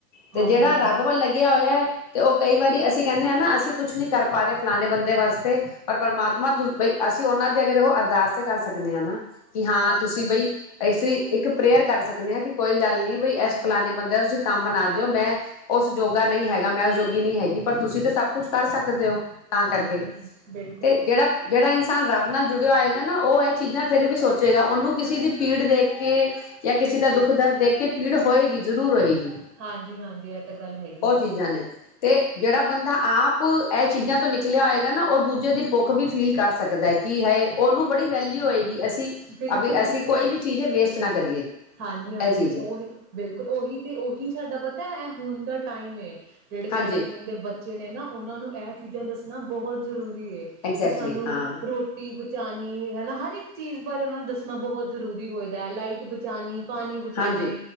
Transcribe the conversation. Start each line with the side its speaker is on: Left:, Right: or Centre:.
Left: ਤੇ
Right: ਹਾਂਜੀ-ਹਾਂਜੀ,
Left: ਜਿਹੜਾ ਰੱਬ ਵੱਲ ਲੱਗਿਆ ਹੋਇਆ ਹੈ ਤੇ ਉਹ ਕਈ ਵਾਰੀ ਅਸੀਂ ਕਹਿੰਦੇ ਹਾਂ ਨਾ ਅਸੀਂ ਕੁਛ ਨਹੀਂ ਕਰ ਪਾ ਰਹੇ ਫਲਾਣੇ ਬੰਦੇ ਵਾਸਤੇ ਪਰ ਪਰਮਾਤਮਾ ਤੁ ਬਈ ਅਸੀਂ ਉਹਨਾਂ ਦੇ ਅਗੇ ਦੇਖੋ ਅਰਦਾਸ ਤੇ ਕਰ ਸਕ ਦੇ ਆ ਨਾ ਕਿ ਹਾਂ ਤੁਸੀਂ ਬਈ ਅਸੀੇ ਇੱਕ ਪ੍ਰੇਅਰ ਕਰ ਸਕਨੇ ਹਾਂ ਕਿ ਕੋਈ ਗੱਲ ਨਹੀਂ ਬਈ ਇਸ ਫਲਾਨੇ ਬੰਦੇ ਦਾ ਤੁਸੀਂ ਕੰਮ ਬਣਾ ਦਿਓ ਮੈਂ ਉਸਯੋਗਾ ਨਹੀਂ ਹੈਗਾ, ਮੈਂ ਉਸਯੋਗੀ ਨਹੀਂ ਹੈਗੀ ਪਰ ਤੁਸੀਂ ਤਾਂ ਸਭ ਕੁਛ ਕਰ ਸਕਦੇ ਹੋ। ਤਾਂ
Right: ਹਾਂਜੀ-ਹਾਂਜੀ
Left: ਕਰਕੇ
Right: ਬਿਲ
Left: ਤੇ ਜਿਹੜਾ-ਜਿਹੜਾ ਇਨਸਾਨ ਰੱਬ ਨਾਲ ਜੁੜਿਆ ਹੋਏਗਾ ਨਾ ਉਹ ਇਹ ਚੀਜ਼ਾਂ ਫੇਰ ਵੀ ਸੋਚੇਗਾ ਉਹਨੂੰ ਕਿਸੇ ਦੀ ਪੀੜ ਦੇਖ ਕੇ ਜਾਂ ਕਿਸੇ
Right: ਬਿਲਕੁਲ
Left: ਦਾ ਦੁੱਖ ਦਰਦ ਦੇਖ ਕੇ ਪੀੜ ਹੋਏਗੀ ਜ਼ਰੂਰ ਹੋਏਗੀ
Right: ਹਾਂਜੀ-ਹਾਂਜੀ ਇਹ ਤਾਂ ਗੱਲ ਹੈਗੀ
Left: ਉਹ
Right: ਆ।
Left: ਚੀਜ਼ਾਂ ਨੇ। ਤੇ ਜਿਹੜਾ ਬੰਦਾ ਆਪ ਇਹ ਚੀਜ਼ਾਂ ਤੋਂ ਨਿਕਲਿਆ ਹੋਏਗਾ ਨਾ ਉਹ ਦੂਜੇ ਦੀ ਭੁੱਖ ਵੀ ਫੀਲ ਕਰ ਸਕਦਾ ਕਿ ਹੈਏ ਉਹਨੂੰ ਬੜੀ ਵੈਲਿਊ ਹੋਏਗੀ ਅਸ
Right: ਬਿਲਕੁਲ-ਬਿਲਕੁਲ
Left: ਅਭੀ ਐਸੀ ਕੋਈ ਵੀ ਚੀਜ਼ ਹੈ ਵੇਸਟ ਨਾ ਕਰੀਏ।
Right: ਹਾਂਜੀ-ਹਾਂਜੀ
Left: ਇਹ ਚੀਜ਼ ਹੈ।
Right: ਉਹੀ ਬਿਲਕੁਲ ਉਹੀ ਤੇ ਉਹੀ ਸਾਡਾ ਪਤਾ ਹੁਣ ਦਾ ਟਾਈਮ ਏ। ਜਿਹੜੇ
Left: ਹਾਂਜੀ
Right: ਸਾਡੇ ਹੁਣ ਦੇ ਬੱਚੇ ਨੇ ਨਾ ਉਹਨਾਂ ਨੂੰ ਇਹ ਚੀਜ਼ਾਂ ਦੱਸ ਨਾ ਬਹੁਤ ਜ਼ਰੂਰੀ ਰੀ ਏ
Left: ਐਗਜੈਕਟਲੀ
Right: ਕਿ ਸਾਨੂੰ
Left: ਹਾਂ
Right: ਰੋਟੀ ਬਚਉਣੀ ਹਨਾ ਹਰ ਇੱਕ ਚੀਜ਼ ਬਾਰੇ ਉਹਨਾਂ ਨੂੰ ਦੱਸਣਾ ਬਹੁਤ ਜ਼ਰੂਰੀ ਹੋਈਦਾ ਹੈ ਲਾਈਟ ਵਿ <unintelligible> ਪਾਣੀ ਬਚਾਉਣੇ
Left: ਹਾਂਜੀ